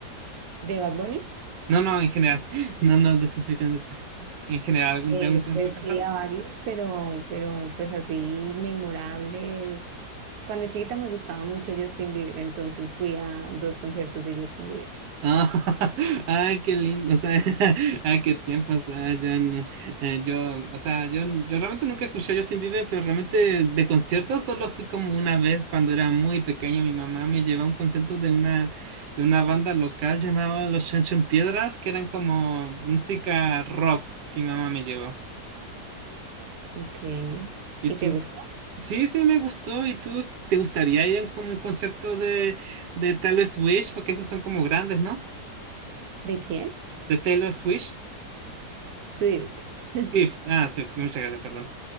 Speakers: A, on the right; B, on the right.
A: de Bad Bunny.
B: No, no, en general. <laughs> No, no, específicamente. En general, algún
A: Eh,
B: de un cantante.
A: pues sí, a varios, pero, pero pues así memorables. Cuando chiquita me gustaba mucho Justin Bieber, entonces fui a dos conciertos de Justin Bieber.
B: Ah, <laughs> ay, qué lindo, o sea, <laughs> ay, qué tiempo, o sea, yo, no- eh, yo, o sea, yo, yo realmente nunca escuché a Justin Bieber, pero realmente de conciertos solo fui como una vez cuando era muy pequeño, mi mamá me llevó a un concierto de una, de una banda local llamada Los Chancho Piedras, que eran como música rock que mi mamá me llevó.
A: Ok.
B: Y
A: ¿Y
B: tú,
A: te gustó?
B: sí, sí, me gustó, y tú, ¿te gustaría ir a como un concierto de, de Taylor Swift? Porque esos son como grandes, ¿no?
A: ¿De quién?
B: De Taylor Swift.
A: Swift. <laughs>
B: Swift, ah, Swift, muchas gracias, perdón.